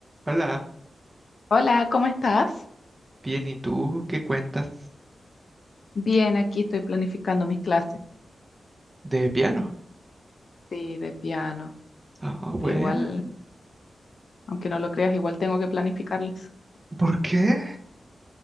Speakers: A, on the right (about 25°); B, on the left (about 60°).
A: Hola,
B: Hola, ¿cómo estás?
A: bien, ¿y tú qué cuentas
B: Bien, aquí estoy planificando mis clases,
A: de piano?
B: sí, de piano,
A: Ah, buena.
B: que igual, aunque no lo creas, igual tengo que planificarlas.
A: ¿Por qué?